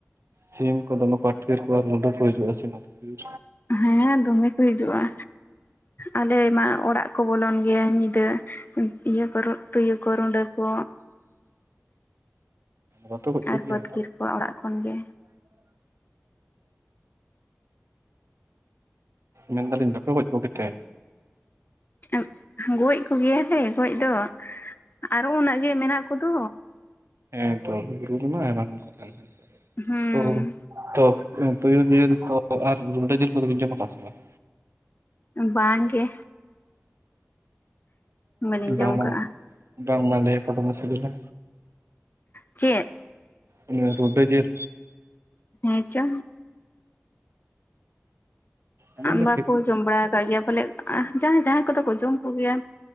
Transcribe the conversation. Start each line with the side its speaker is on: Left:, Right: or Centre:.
Right: ᱥᱤᱢ ᱠᱚ ᱫᱚᱢᱮ ᱠᱚ ᱟᱴᱠᱤᱨ ᱠᱚᱣᱟ ᱨᱩᱸᱰᱟ ᱠᱚ ᱦᱤᱡᱩᱜ-ᱟ ᱥᱤᱢ ᱟᱫᱽᱠᱤᱨ᱾
Left: ᱦᱮᱸ ᱫᱚᱢᱮ ᱠᱚ ᱦᱤᱡᱩᱜ-ᱟ, ᱟᱞᱮ ᱢᱟ ᱚᱲᱟᱜ ᱠᱚ ᱵᱚᱞᱚᱱ ᱜᱮᱭᱟ ᱧᱤᱫᱟᱹ᱾ ᱤᱭᱟᱹ ᱠᱚ ᱨᱩᱜ ᱛᱩᱭᱩ ᱠᱚ ᱨᱩᱸᱰᱟᱹ ᱠᱚ᱾
Right: ᱵᱟᱯᱮ ᱜᱚᱡ
Left: ᱟᱨ
Right: ᱠᱚᱜᱮᱭᱟ
Left: ᱠᱚ ᱟᱹᱛᱠᱤᱨ ᱠᱚᱣᱟ ᱚᱲᱟᱜ ᱠᱷᱚᱱ ᱜᱮ᱾
Right: ᱢᱮᱱ ᱫᱟᱹᱞᱤᱧ ᱵᱟᱯᱮ ᱜᱚᱡ ᱠᱚ ᱜᱮ ᱛᱮ?
Left: ᱮ ᱜᱚᱡ ᱠᱚᱜᱮᱭᱟᱞᱮ ᱜᱚᱡ ᱫᱚ ᱟᱨᱚ ᱩᱱᱟᱹᱜ ᱜᱮ ᱢᱮᱱᱟᱜ ᱠᱚᱫᱚ᱾
Right: ᱦᱮᱸ ᱛᱚ ᱵᱤᱨ ᱵᱩᱨᱩ ᱟᱭᱢᱟ ᱠᱚ ᱠᱚ <inaudible>
Left: ᱦᱩᱸ
Right: ᱛᱚᱻ, ᱛᱚ ᱛᱩᱭᱩ ᱡᱮᱞ ᱠᱚ ᱟᱨ ᱨᱩᱰᱟᱹ ᱡᱮᱞ ᱠᱚ ᱫᱚ ᱵᱤᱱ ᱡᱚᱢ ᱟᱠᱟᱫ ᱟᱥᱮ ᱵᱟᱝ᱾
Left: ᱵᱟᱝ ᱜᱮ᱾ ᱵᱟᱹᱞᱤᱧ
Right: ᱵᱟᱝ
Left: ᱡᱚᱢ
Right: ᱵᱟᱝ <inaudible> ᱵᱟᱝ
Left: ᱠᱟᱜᱼᱟ
Right: ᱵᱟᱝ ᱞᱟᱹᱭᱟᱠᱚ ᱫᱚᱢᱮ ᱥᱤᱵᱤᱞᱟ᱾
Left: ᱪᱮᱫ,
Right: ᱩ ᱨᱩᱰᱟᱹ ᱡᱮᱞ᱾
Left: ᱦᱮᱸ ᱪᱚ,
Right: ᱟᱹᱞᱤᱧ ᱫᱚ
Left: ᱵᱟᱠᱚ
Right: ᱪᱮᱫ
Left: ᱡᱚᱢ ᱵᱟᱲᱟ ᱠᱟᱜ ᱜᱮᱭᱟ ᱯᱟᱞᱮ ᱟ ᱡᱟᱦᱟᱸᱭ ᱡᱟᱦᱟᱸᱭ ᱠᱚ ᱫᱚ ᱠᱚ ᱡᱚᱢ ᱠᱚᱜᱮᱭᱟ᱾